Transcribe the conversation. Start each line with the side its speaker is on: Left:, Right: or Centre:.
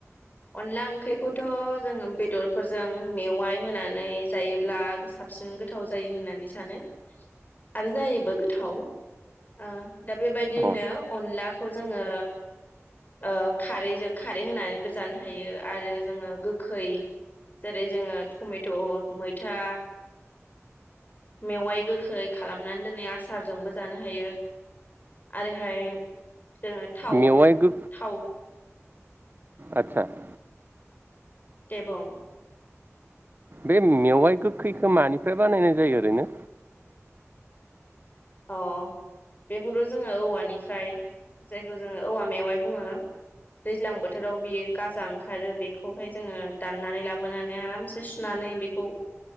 Left: अनला ओंख्रिखौथ' जोङो बेदरफोरजों मेवाइ होनानै जायोब्ला साबसिन गोथाव जायो होननानै सानो आरो जायोबो गोथाव ओ दा बेबायदिनो
Right: अ
Left: अनलाखौ जोङो ओ खा खारैजों खारै होनानैबो जानो हायो आरो जोङो गोखै जेरै जोङो टमेट' मैथा मेवाइ गोखै खालामनानै दोन्नाय आसारजोंबो जानो हायो आरो ओमफ्राय जोङो थाव
Right: मेवाइ गो
Left: थाव
Right: आदसा ।
Left: दे बुं
Right: बे मेवाइ गोखैखौ मानिफ्राय बानायनाय जायो ओरैनो?
Left: अ बेखौथ' जोङो औवानिफ्राय जायखौ जोङो औवा मेवाय बुङो दैज्लां बोथोराव बेयो गाजा ओंखारो बेखौहाय जोङो दाननानै लाबोनानै आरामसे सुनानै बेखौ